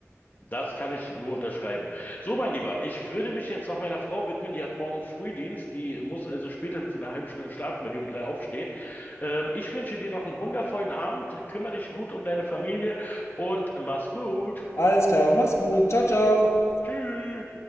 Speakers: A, on the left; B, on the left.
A: Das kann ich nur unterschreiben. So, mein Lieber, ich würde mich jetzt noch meiner Frau widmen. Die hat morgen Frühdienst. Die muss also spätestens in einer halben Stunde schlafen, wenn die um drei aufsteht. Ähm, ich wünsche dir noch einen wundervollen Abend. Kümmere dich gut um deine Familie und mach's gut.
B: Alles klar, mach's gut, ciao, ciao.
A: Tschüss.